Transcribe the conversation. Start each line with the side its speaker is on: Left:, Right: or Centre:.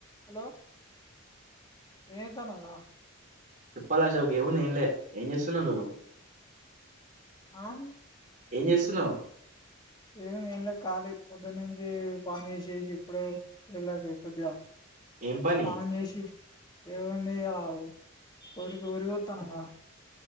Left: Hello ఎంఏతనవ్ర
Right: చెప్పరా అశోక్ ఎం ఉంది ఎంలే ఏం చేస్తున్నవ్ నువ్వు
Left: అని
Right: ఏం చేస్తున్నవ్
Left: ఏంలేదులె కాళీ పొద్దునుంచి పని చేశిశి ఇప్పుడే రిలాక్స్ కొద్దిగ
Right: ఏం పని
Left: తానం జెశి ఏవునై ఇయాల ఆవ్ వరి వరి కొతానంగా